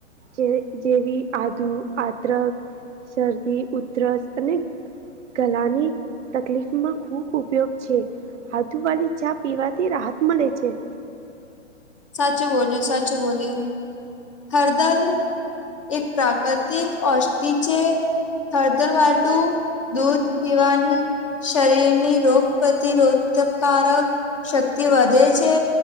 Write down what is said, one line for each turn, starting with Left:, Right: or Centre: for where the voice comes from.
Right: જે જેવી આદુ આદરક શરદી ઉધરસ અને ગલાની તકલીફમાં ખૂબ ઉપયોગ છે. આદુવાલી ચા પીવાથી રાહત મળે છે.
Left: સાચું બોલયુ સાચુ બોલયુ હરદલ એક તાકાત એક અસ્તિ છે હળદર વાલુ દૂધ પીવાની શરીરની રોગ પ્રતિરોધકારક શક્તિ વધે છે